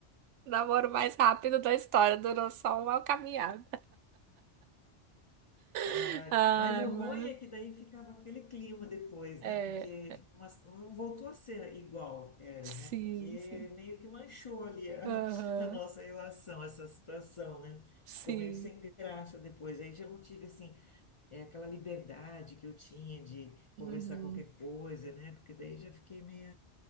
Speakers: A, on the right; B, on the left.
A: O namoro mais rápido da história durou só uma caminhada.
B: Ai,
A: <laughs> Ai,
B: mas o
A: mano.
B: ruim é que daí ficava aquele clima depois,
A: É,
B: né? Porque umas- não voltou a ser igual era,
A: sim,
B: né? Porque
A: sim.
B: meio que manchou ali a,
A: Aham,
B: a nossa relação, essa situação, né?
A: Sim.
B: Ficou meio sem graça depois. Aí já não tive, assim, é, aquela liberdade que eu tinha de conversar
A: Uhum.
B: qualquer coisa, né? Porque daí já fiquei meio